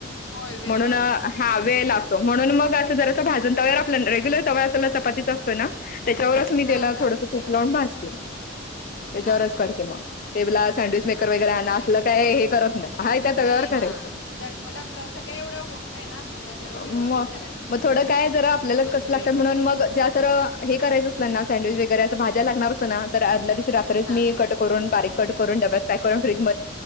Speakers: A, on the left (about 85°); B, on the left (about 45°).
A: होय, वेळ
B: म्हणून
A: लागत
B: अ
A: असेल ना
B: हा
A: ते
B: वेळ
A: ब्रेड
B: लागतो.
A: तसा.
B: म्हणून
A: हं.
B: मग अस जरा अस भाजून तव आपल्या रेग्युलर तवा असला चपातीचा असतो ना त्याच्यावरच मी
A: हां,
B: त्याला
A: चालतं
B: थोडसं
A: त्याला
B: तूप लावून
A: पण.
B: भाजते. त्याच्यावरच
A: हां, हां,
B: करते
A: हां.
B: मग ते बला सँडविच
A: हां,
B: मेकर वगैरे
A: नाही
B: आणा
A: बरं
B: असलं
A: आहे ते.
B: काय हे करत नाही. हाय त्या तव्यावर
A: नाही हा
B: करायचं
A: झटपट आपलं असं काही एवढं होत नाही ना सगळं जर
B: मग
A: व्यवस्थित करायचं म्हटलं
B: मग थोडं
A: तर
B: काय जरा आपल्यालाच
A: टोस्ट
B: कष्ट लागतं
A: मेकर
B: म्हणुन
A: वगैरे
B: मग जे जरा हे करायचं असल ना सँडविचेस वैगेरे करणारच आहे ना आदल्या दिवशी रात्री
A: हां
B: मी
A: हां.
B: कट करून बारीक कट करून डब्यात पॅक करून फ्रिज